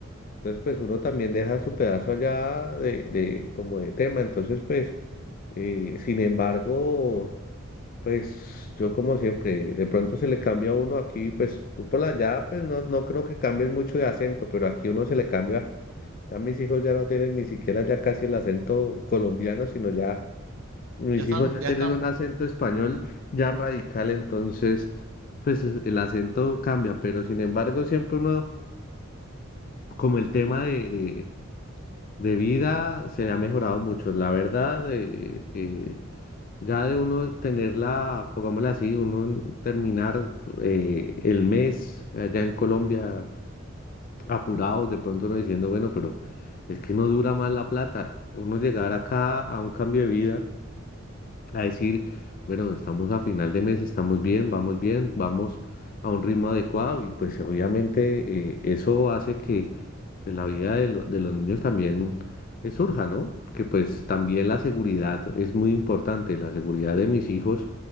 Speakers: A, on the left; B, on the right.
A: Entonces pues uno también deja su pedazo allá de, de como de tema. Entonces pues, eh, sin embargo... Pues yo como siempre, de pronto se le cambia a uno aquí, pues tú por allá, pues no, no creo que cambien mucho de acento, pero aquí uno se le cambia, ya mis hijos ya no tienen ni siquiera ya casi el acento colombiano, sino ya mis
B: Ya están,
A: hijos ya
B: ya
A: tienen
B: están.
A: un acento español ya radical, entonces pues el el acento cambia, pero sin embargo siempre uno, como el tema de, de, de vida se ha mejorado mucho, la verdad, eh, eh, ya de uno tenerla, pongámosla así, uno en- terminar eh, el mes allá en Colombia apurados, de pronto uno diciendo, bueno, pero es que no dura más la plata. Uno llegar acá a un cambio de vida a decir, bueno, estamos a final de mes, estamos bien, vamos bien, vamos a un ritmo adecuado y pues obviamente eh, eso hace que pues la vida de, lo- de los niños también eh, surja, ¿no? Porque pues también la seguridad es muy importante, la seguridad de mis hijos.